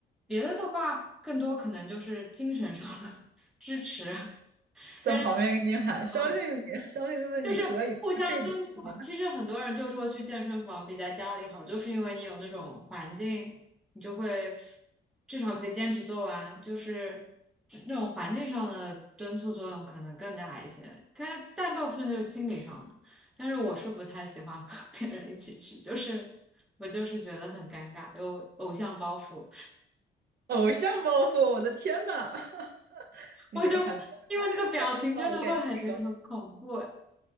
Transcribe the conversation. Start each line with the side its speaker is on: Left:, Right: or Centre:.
Centre: 别的的话，更多可能就是精神上的 <laughs> 支持，
Right: 在旁边给你喊，
Centre: 但是。
Right: 相信你，
Centre: 呃
Right: <laughs> 相信自己，
Centre: 就是互相敦促嘛。
Right: 你可以的，这怎么办
Centre: 其实很多人就说去健身房比在家里好，就是因为你有那种环境，你就会至少可以坚持做完，就是那种环境上的敦促作用可能更大一些。但大部分就是心理上的。但是我是不太喜欢和别人一起去，就是我就是觉得很尴尬，有偶像包袱，
Right: 偶像包袱，我的天呐！<laughs> 你是不是喊国
Centre: 我就因为那个表情真的会很很恐怖。
Right: 到了练习生？